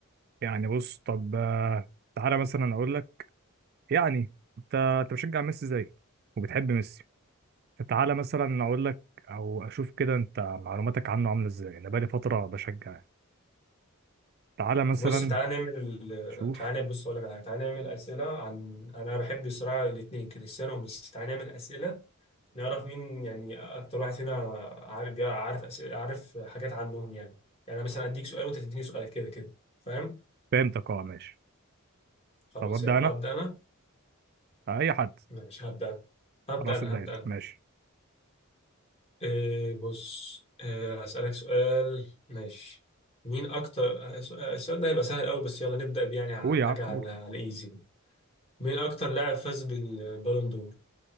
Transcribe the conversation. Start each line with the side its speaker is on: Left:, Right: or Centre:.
Right: يعني بص طب آه، تعالى مثلا اقول لك يعني انت انت بشجع ميسي زي وبتحب ميسي فتعالى مثلا اقول لك او اشوف كده انت معلوماتك عنه عامله ازاي انا بقالي فتره بشجع تعالى مثلا
Left: بص تعالى نعمل
Right: شوف
Left: تعالى بص اقول لك على حاجة تعالى نعمل أسئلة عن انا بحب الصراحة الاتنين كريستيانو وميسي تعالى نعمل أسئلة نعرف مين يعني اكتر واحد فينا عارف عارف أسئلة عارف حاجات عنهم يعني يعني انا مثلا اديك سؤال وانت تديني سؤال كده كده فاهم
Right: فهمتك اه ماشي
Left: خلاص
Right: طب ابدا
Left: يلا
Right: انا
Left: ابدا انا
Right: اي حد
Left: ماشي هبدا أنا. هبدا
Right: خلاص
Left: انا
Right: ابدا
Left: هبدا
Right: انت ماشي
Left: إيه بص إيه هسألك سؤال ماشي مين أكتر الس- السؤال ده هيبقى سهل أوي بس يلا نبدأ بيه يعني ع-
Right: قول يا
Left: حاجة
Right: عم
Left: على
Right: قول
Left: على الإيزي كده. مين أكتر لاعب فاز بالبالون دور؟